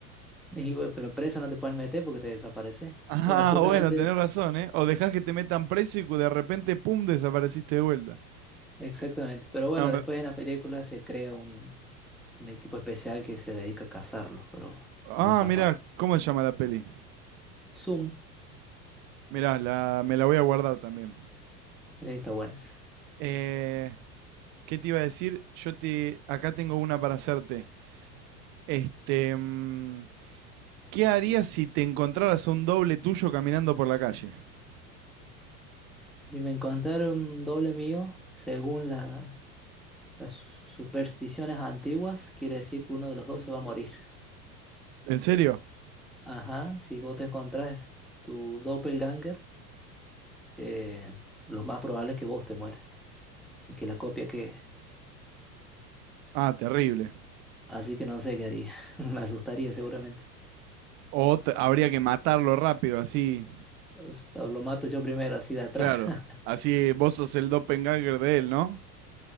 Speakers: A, in the centre; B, on the right.
A: Y dije, "Güey, pero preso no te pueden meter porque te desapareces.
B: Ah,
A: Bueno, justamente,
B: <laughs> bueno, tenés razón, ¿eh? O dejás que te metan preso y cu- de repente, pum, desapareciste de vuelta.
A: exactamente. Pero bueno,
B: No, me-
A: después en la película se crea un, un equipo especial que se dedica a cazarlos, pero bueno,
B: Ah,
A: no zafar.
B: mirá, ¿cómo se llama la peli?
A: Zoom,
B: Mirá, la... me la voy a guardar también.
A: ahí está buenas.
B: Eh, ¿Qué te iba a decir? Yo te... Acá tengo una para hacerte. Este... mm, ¿Qué harías si te encontraras a un doble tuyo caminando por la calle?
A: Y me encontraron doble mío, según la- las supersticiones antiguas, quiere decir que uno de los dos se va a morir. <laughs>
B: ¿En serio?
A: Ajá, si vos te encontrás tu doppelganger, eh, lo más probable es que vos te mueras y que la copia quede.
B: Ah, terrible.
A: Así que no sé qué haría. <laughs> Me asustaría seguramente.
B: O te- habría que matarlo rápido, así.
A: Pues, o Lo mato yo primero, así de atrás.
B: Claro.
A: <laughs>
B: Así vos sos el doppelganger de él, ¿no?